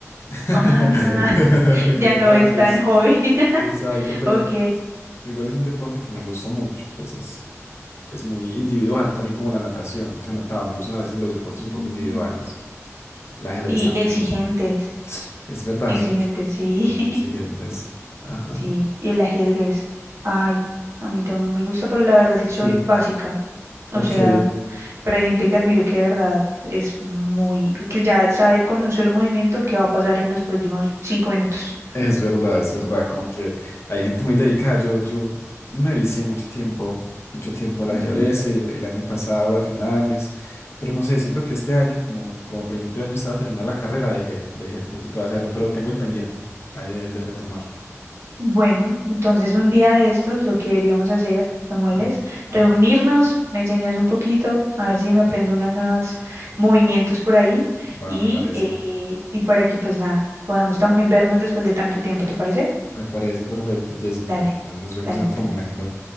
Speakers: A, on the left; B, on the right.
A: <laughs>
B: Ah, <laughs> ya
A: Como
B: no
A: antes.
B: es tan joven. <laughs>
A: Exacto, pero
B: Ok.
A: igual es un deporte que me gusta mucho, pues es, es muy individual, también como la natación, eso he notado, me gustan a veces los deportes
B: Mm,
A: un poco individuales, el ajedrez
B: Y
A: también
B: exigentes.
A: me gusta, es verdad,
B: Exigentes,
A: son, son
B: sí.
A: son muy
B: <laughs>
A: exigentes, ajá,
B: Sí. Y el ajedrez. Ay, a mí también me gusta, pero la verdad sí soy
A: sí,
B: básica. O
A: ok,
B: sea, pero hay gente que admiro que de verdad es muy, que ya sabe con un solo movimiento qué va a pasar en los próximos cinco minutos.
A: Es verdad, es verdad, como que hay gente muy dedicada. Yo, yo me vicié mucho tiempo, mucho tiempo al ajedrez,
B: <laughs>
A: el, el año pasado, a finales, pero no sé, siento que este año, como, como a principio de año estaba terminando la carrera, dejé, dejé un poquito de hacerlo, pero tengo el pendiente ahí de, de retomarlo.
B: Bueno, entonces
A: Ajá,
B: un día de estos lo que deberíamos hacer, Samuel,
A: ajá,
B: es
A: ajá.
B: reunirnos, me enseñas un poquito, a ver si me aprendo unos nuevos movimientos por ahí
A: Va,
B: y,
A: me parece,
B: eh, y para que pues nada, podamos también vernos después de tanto tiempo, ¿te parece?
A: me parece perfecto, Jessica.
B: Dale,
A: Nos vemos
B: dale
A: en otro
B: entonces.
A: momento.